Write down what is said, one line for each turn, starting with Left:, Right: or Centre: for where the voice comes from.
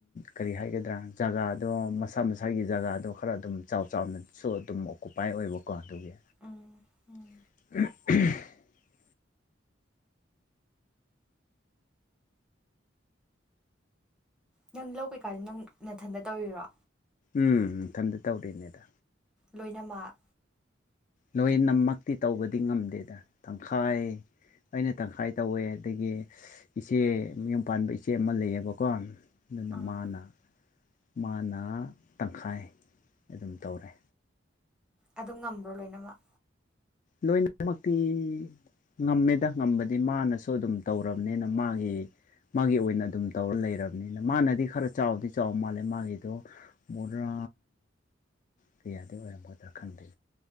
Left: ꯀꯔꯤ ꯍꯥꯏꯒꯗ꯭ꯔꯥ ꯖꯒꯥꯗꯣ ꯃꯁꯥ ꯃꯁꯥꯒꯤ ꯖꯒꯥꯗꯣ ꯈꯔ ꯑꯗꯨꯝ ꯆꯥꯎ ꯆꯥꯎ ꯆꯥꯎꯅꯁꯨ ꯑꯗꯨꯝ ꯑꯣꯀꯨꯄꯥꯏ ꯑꯣꯏꯕꯀꯣ ꯑꯗꯨꯒꯤ
Centre: ꯎꯝ ꯎꯝ
Left: ꯑꯍꯝ ꯑꯍꯝ
Centre: ꯅꯪ ꯂꯧ ꯀꯩꯀꯥꯗ ꯅꯪ ꯅꯥꯊꯟꯇ ꯇꯧꯔꯤꯔꯣ
Left: ꯎꯝ ꯏꯊꯟꯇ ꯇꯧꯔꯤꯅꯦꯗ
Centre: ꯂꯣꯏꯅꯃꯛ
Left: ꯂꯣꯏ ꯅꯃꯛꯇꯤ ꯇꯧꯕꯗꯤ ꯉꯝꯗꯦꯗ ꯇꯪꯈꯥꯏ ꯑꯩꯅ ꯇꯪꯈꯥꯏ ꯇꯧꯋꯦ ꯑꯗꯒꯤ ꯏꯆꯦ ꯃꯌꯨꯝ ꯄꯥꯟꯕ ꯏꯆꯦ ꯑꯃ ꯂꯩꯌꯦꯕꯀꯣ ꯑꯗꯨꯅ
Centre: ꯑꯥ
Left: ꯃꯥꯅ ꯃꯥꯅ ꯇꯪꯈꯥꯏ ꯑꯗꯨꯝ ꯇꯧꯔꯦ
Centre: ꯑꯗꯨꯝ ꯉꯝꯕ꯭ꯔꯣ ꯂꯣꯏꯅꯃꯛ
Left: ꯂꯣꯢꯅꯃꯛꯇꯤ ꯉꯝꯃꯦꯗ ꯉꯝꯕꯗꯤ ꯃꯥꯅꯁꯨ ꯑꯗꯨꯝ ꯇꯧꯔꯕꯅꯤꯅ ꯃꯥꯒꯤ ꯃꯥꯒꯤ ꯑꯣꯏꯅ ꯑꯗꯨꯝ ꯇꯧꯔ ꯂꯩꯔꯕꯅꯤꯅ ꯃꯥꯅꯗꯤ ꯈꯔ ꯆꯥꯎꯗꯤ ꯆꯥꯎ ꯃꯥꯜꯂꯦ ꯃꯥꯒꯤꯗꯣ ꯃꯣꯔꯥ ꯀꯩꯌꯥꯗꯤ ꯑꯣꯏꯔꯝꯒꯗ꯭ꯔ ꯈꯪꯗꯦ